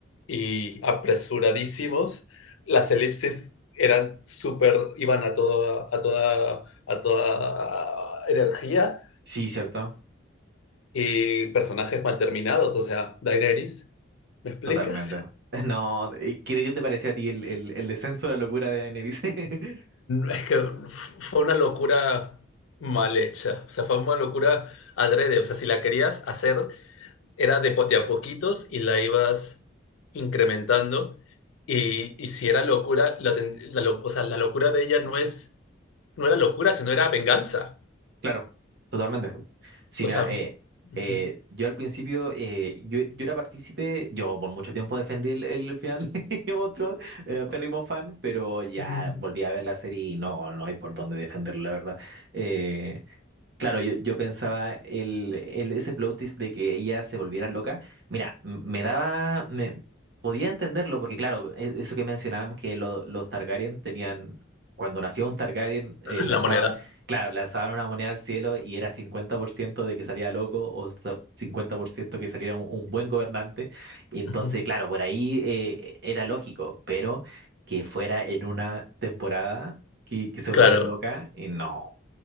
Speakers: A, on the left; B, on the right.
A: y apresuradísimos. Las elipsis eran súper, iban a, todo, a, toda, a toda energía
B: Sí, cierto.
A: y personajes mal terminados, o sea, Daenerys, ¿me explicas?
B: Totalmente. <laughs> No, eh, ¿qué, qué te pareció a ti el, el, el descenso de la locura de Daenerys? <laughs>
A: Es que fue una locura mal hecha, o sea, fue una locura adrede, o sea, si la querías hacer era de, po- de a poquitos y la ibas incrementando. Y, y si era locura, la, ten- la lo- o sea, la locura de ella no es, no era locura, sino era venganza.
B: Claro, totalmente. Sí,
A: O
B: mira,
A: sea,
B: eh,
A: ujú,
B: eh, yo al principio, eh, yo, yo era partícipe, yo por mucho tiempo defendí el, el final <laughs> de Game of Thrones, eh, férrimo fan, pero ya
A: Ujú.
B: volví a ver la serie y no, no hay por dónde defenderlo, la verdad. Eh, Claro, yo, yo pensaba el, el- ese plot twist de que ella se volviera loca. Mira, m- me daba, me podía entenderlo porque claro, e- eso que mencionaban que lo- los Targaryen tenían, cuando nacía un Targaryen eh, lanzaba,
A: la moneda.
B: claro, lanzaban una moneda al cielo y era 50% de que salía loco o sa- 50% que saliera un, un buen gobernante. Y entonces,
A: Ujú.
B: claro, por ahí eh, era lógico, pero que fuera en una temporada que, que se volviera
A: Claro,
B: loca, y no,